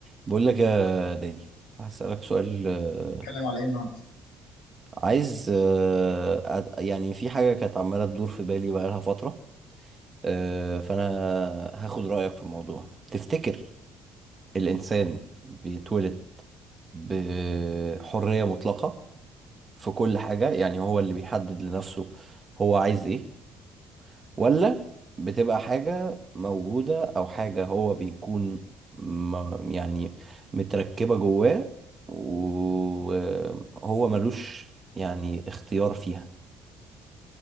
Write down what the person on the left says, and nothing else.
هنتكلم على ايه النهارده